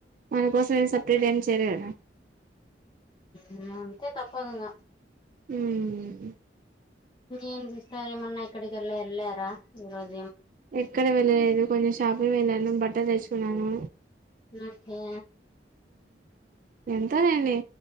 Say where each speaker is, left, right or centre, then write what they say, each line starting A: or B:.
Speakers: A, on the right; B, on the left.
A: మన కోసం ఏం సపరేట్ ఏం చేయరుగదా
B: ఉమ్ అంతే తప్పదు ఇంగా
A: హ్మ్
B: ఏం సిస్టర్ ఏమన్న ఏక్కడి కల్లా ఎల్లారా ఈరోజు
A: ఎక్కడ వెళ్ళలేదు కొంచెం షాపింగ్ వెళ్ళాను బట్ట తెచ్చుకున్నాను
B: నకే
A: ఎంతలేండి